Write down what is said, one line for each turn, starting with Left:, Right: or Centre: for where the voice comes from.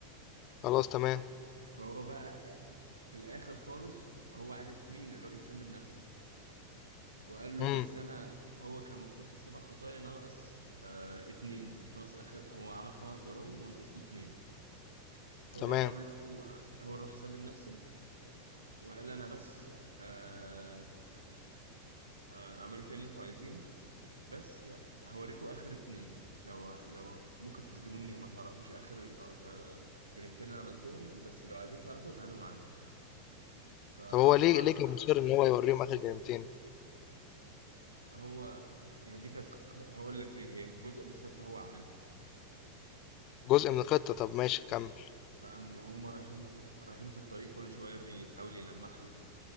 Left: خلاص تمام
Right: فهو بقى آه، في الآخر خالص هو عارف مين الراجل سلم نفسه وقال له
Left: امم
Right: بس أنا هو كان المفروض في السبع خطايا ناقص آه اتنين ناقص آخر هو عمل خمس جرائم وناقص له اتنين فهو
Left: تمام
Right: قال له آه، هو راح سلم نفسه وقال أنا بس آه آه اعملوا فيا اللي انتوا عايزينه بس هوريكم اخر اتنين لو لو ممكن تسجنوني وما تعرفوش اخر ال- آه، جريمتين انا عملتهم بس لو عايزين تعرفوا تعالوا معايا فراحوا
Left: طب هو ليه
Right: مع
Left: ليه كان مصر ان هو يوريهم اخر جريمتين
Right: هو يعني دي كانت هقول لك ليه هي جزء من الخطه هو عاملها
Left: جزء من الخطة طب ماشي كمل
Right: فاما هم رايحين رايحين في الطريق كل شويه بيحاول يلمح له